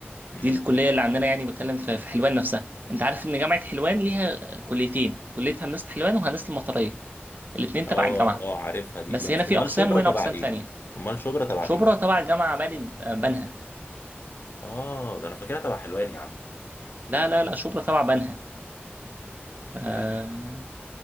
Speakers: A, on the left; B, on the right.
A: امم
B: دي الكليه اللي عندنا يعني بتكلم في في حلوان نفسها انت عارف ان جامعه حلوان ليها كليتين كليه هندسه حلوان وهندسه المطريه الاتنين
A: اه
B: تبع الجامعه
A: اه عارفها دي
B: بس
A: بس
B: هنا في
A: امال
B: اقسام
A: شبرا
B: وهنا
A: تبع
B: اقسام
A: ايه
B: تانية
A: امال شبرا تبع
B: شبرا
A: ايه
B: تبع جامعه بني بنها
A: اه ده انا فاكرها تبع حلوان يا عم
B: لا لا لا شبرا تبع بنها آه
A: جامد.